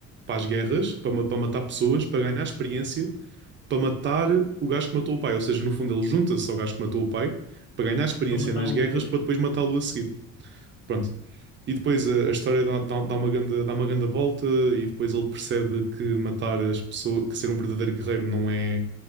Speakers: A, on the right; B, on the left.
A: para as guerras, para, ma- para matar pessoas, para ganhar experiência para matar o gajo que matou o pai. Ou seja, no fundo, ele junta-se ao gajo que matou o pai para ganhar experiência
B: para matá-lo
A: nas guerras
B: depois.
A: para depois matá-lo a seguir. Pronto. E depois a, a história dá, dá- dá uma grande, dá uma grande volta e depois ele percebe que matar as pessoas, que ser um verdadeiro guerreiro não é,